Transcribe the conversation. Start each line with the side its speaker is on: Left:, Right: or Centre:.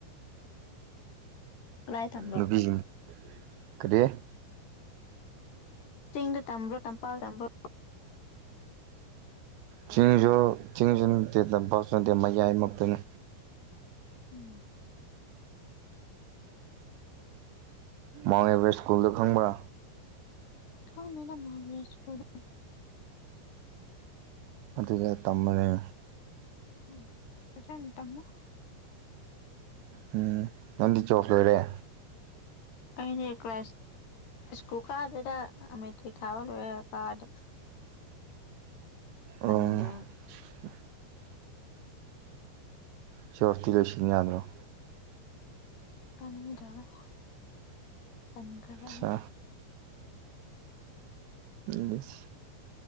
Left: ꯀꯗꯥꯏ ꯇꯝꯕ꯭ꯔꯣ
Right: ꯅꯨꯄꯤꯁꯤꯡ ꯀꯔꯤ
Left: ꯆꯤꯡꯗ ꯇꯝꯕ꯭ꯔꯣ ꯇꯝꯄꯥꯛ ꯇꯝꯕ꯭ꯔꯣ
Right: ꯆꯤꯡꯁꯨ ꯆꯤꯡꯁꯨ ꯅꯠꯇꯦ ꯇꯝꯄꯥꯛꯁꯨ ꯅꯠꯇꯦ ꯃꯌꯥꯏꯃꯛꯇꯅꯦ
Left: <unintelligible>
Right: ꯃꯥꯎꯟ ꯑꯦꯕꯔꯁ ꯁꯀꯨꯜꯗ ꯈꯪꯕꯥ
Left: ꯈꯅꯦ ꯃꯍꯕꯁꯄꯨꯔ <unintelligible>
Right: ꯑꯗꯨꯗ ꯇꯝꯃꯒꯦ
Left: ꯎꯝ ꯄꯁ ꯇꯃ
Right: ꯎꯝ ꯅꯗꯤ ꯆꯣꯄ ꯂꯣꯏꯔꯦ
Left: ꯑꯗꯤ ꯀ꯭ꯂ ꯁꯀꯨꯀꯥꯗꯨꯗ ꯑ ꯃꯦꯇꯤꯊꯥ ꯂꯣꯏꯔ ꯀꯥꯗꯔꯦ ꯀꯅꯤꯡꯗꯣ
Right: ꯑꯣ <unintelligible> ꯁꯤꯌꯣꯔꯁꯇꯤ ꯂꯣꯏꯁꯤꯟ ꯌꯥꯗ꯭ꯔꯣ
Left: ꯀꯥꯅꯤꯡꯗꯔꯕ ꯇꯟꯈ꯭ꯔꯕ
Right: ꯑꯠꯁꯥ ꯌꯦꯁ